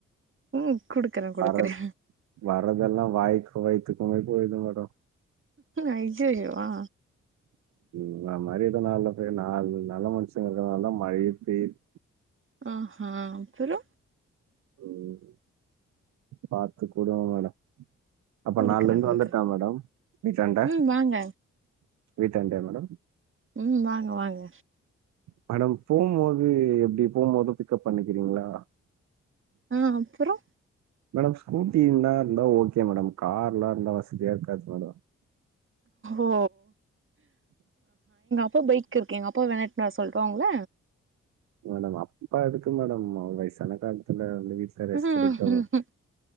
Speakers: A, on the right; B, on the right.
A: ம் குடுக்குறே குடுக்குறே
B: வரத் வரதெல்லா வாய்க்கு வய்த்துக்குமே போயிற்து மேடம்
A: ஐய்யய்யோ ஆ
B: உங்கள மாரி எதோ நாலு பே நால் நல்ல மனுஷங்க இருக்கர்னாலதா மழையே பேய்து
A: அஹா அப்புறோ
B: ம் பாத்து குடுங்க மேடோ அப்ப
A: குடுக்குறே
B: நாள்லந்து
A: குடுக்குறே
B: வந்துர்ட்டா மேடம் பீச்சாண்ட
A: ம் வாங்க
B: வீட்டாண்டியா மேடம்
A: ம் வாங்க வாங்க
B: மேடம் போம்போது எப்டி போம்போதூ பிக்கப் பண்ணிக்கிறீங்களா
A: ஆ அப்றோ
B: மேடம் ஸ்கூட்டி இருந்தார்ந்தா ஓக்கே மேடம் கார்லா இருந்தா வசதியா இருக்காது மேடோ
A: ஓ இப்போ பைக் இருக்கு எங்க அப்பா வேணாட் நா சொல்றாங்ல
B: மேடம் அப்பா எதுக்கு மேடம் வயசான காலத்துல ல வீட்ல
A: உங்கள
B: ரெஸ்ட் எடுக்கட்டு